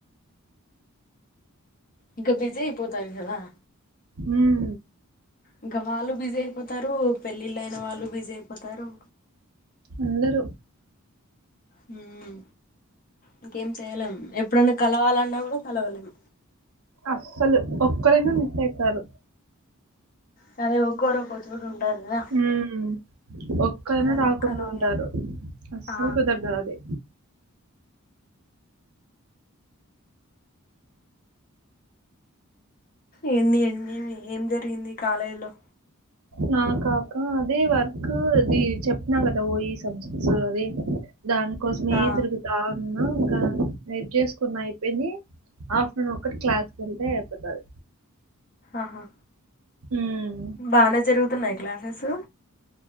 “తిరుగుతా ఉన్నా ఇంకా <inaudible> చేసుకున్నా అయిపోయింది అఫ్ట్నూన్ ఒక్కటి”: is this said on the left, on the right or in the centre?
Right